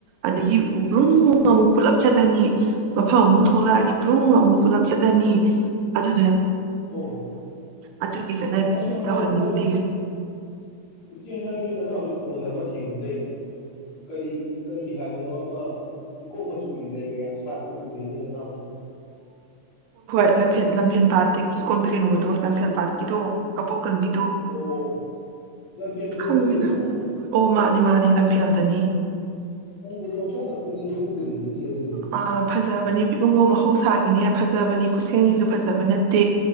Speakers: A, on the right; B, on the left.
A: ꯑꯗꯒꯤ ꯒ꯭ꫪꯨꯡ ꯑꯃꯨꯛ ꯄꯨꯜꯂꯞ ꯆꯠꯂꯅꯤ꯫ ꯃꯐꯝ ꯑꯃꯨꯛ ꯊꯣꯛꯂꯛꯑꯅꯤ ꯒ꯭ꯔꯨꯡ ꯑꯃꯨꯛ ꯄꯨꯂꯞ ꯆꯠꯂꯅꯤ ꯑꯗꯨ꯫
B: ꯑꯣ
A: ꯑꯗꯨꯒꯤ ꯆꯠꯅꯕꯤꯗꯨꯗꯤ
B: ꯑꯩꯁꯨ ꯍꯟꯗꯛ
A: ꯇꯧꯍꯟꯅꯤꯡꯗꯦ
B: ꯏꯆꯦ ꯏꯆꯦ ꯍꯟꯗꯛ ꯑꯩꯁꯨ ꯅꯅꯥꯎꯁꯨ ꯐꯣꯟꯗ ꯑꯃ ꯊꯦꯡꯅꯖꯩꯅꯦ ꯀꯔꯤ ꯀꯔꯤ ꯍꯥꯏꯕꯅꯣ ꯑꯃ ꯍꯤꯒꫭꯛ ꯃꯆꯨꯒꯤ ꯂꯩꯒ ꯌꯥꯝ ꯁꯥꯠꯄ꯫ ꯎꯖꯩꯅꯦ ꯅꯅꯥꯎꯁꯨ꯫
A: ꯂꯝꯐ ꯂꯝꯐꯦꯟ ꯄꯥꯠꯇꯒꯤ ꯀꯣꯝꯕꯤ ꯀꯩꯅꯣꯗꯣ ꯂꯝꯐꯦꯜ ꯄꯥꯠꯀꯤꯗꯣ ꯀꯕꯣꯛ ꯀꯪꯒꯤ꯫
B: ꯑꯣ ꯂꯝꯐꯦꯜꯗꯔꫭ
A: ꯈꯪꯗꯦꯗ
B: ꯏꯆꯦ ꯑꯗꯨꯕꯣ꯫
A: ꯑꯣ ꯃꯥꯅꯦ <unintelligible>
B: ꯎꯕꯗꯣ ꯑꯣꯊꯣꯛꯅ ꯄꯨꯛꯅꯤꯡ ꯍꯨꯈ꯭ꯔꯦꯅꯦ ꯏꯆꯦ ꯑꯗꯨꯗꯤ꯫
A: ꯑꯥ ꯐꯖꯕꯅꯤ ꯏꯕꯨꯡꯉꯣ ꯃꯍꯧꯁꯥꯒꯤꯅꯦ ꯐꯖꯕꯅꯤ ꯈꯨꯠꯁꯦꯝꯒꯤꯒ ꯐꯖꯕ ꯅꯠꯇꯦ